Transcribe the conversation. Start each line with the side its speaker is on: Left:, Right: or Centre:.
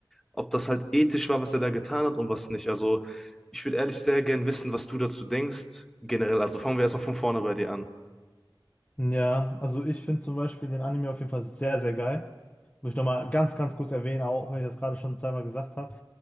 Centre: ob das halt ethisch war, was er da getan hat und was nicht. Also ich würde ehrlich sehr gern wissen, was du dazu denkst, generell. Also fangen wir erstmal von vorne bei dir an.
Left: Ja, also ich finde zum Beispiel den Anime auf jeden Fall sehr, sehr geil. Muss ich nochmal ganz, ganz kurz erwähnen, auch wenn ich das gerade schon zweimal gesagt habe.